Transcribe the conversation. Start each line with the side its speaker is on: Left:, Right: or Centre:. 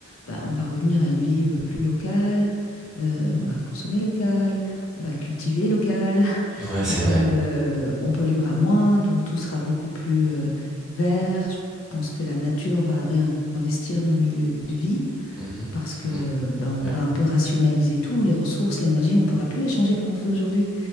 Left: bah, on va revenir à une vie, heu, plus locale, heu, on va consommer local, on va cultiver local
Centre: Ouais, c'est vrai.
Left: euh, on polluera moins, donc tout sera beaucoup plus euh, vert. Je pense que la nature va réinvestir nos milieux de vie
Centre: Mhm.
Left: parce que
Centre: Mm,
Left: ben, on
Centre: ouais,
Left: va un peu rationaliser tout, les ressources, l'énergie, on ne pourra plus échanger comme on fait aujourd'hui.